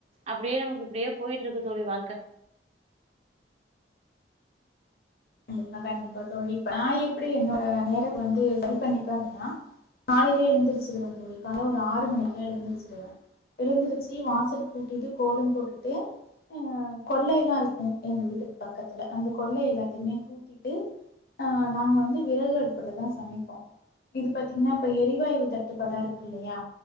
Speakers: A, on the right; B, on the left.
A: அப்டியே நமக்கு இப்டியே போயிட்டு இருக்கு தோழி வாழ்க்க
B: கண்டிப்பா கண்டிப்பா தோழி இப்ப நா எப்டி என்னோட நேரத்த வந்து சரி பண்ணிப்ப அப்டினா காாலைலயே எழுந்திருச்சிருவ தோழி கால்ல ஒரு ஆறு மணிக்குலா எழுந்திருச்சிருவ எழுந்திருச்சி வாசல் கூட்டிட்டு கோலம் போட்டுட்டு அ கொள்ளைய எல்லா இருக்குங் எங்க வீட்டுக்கு பக்கத்துல அந்த கொள்ளை எல்லாத் என்மே கூட்டிட்டு அ நாங்க வந்து விறகு அடுப்புலதா சமைப்போ இது பாத்தீங்ன்னா இப்ப எரிவாயு தட்டுப்பாடா இருக்கு இல்லையா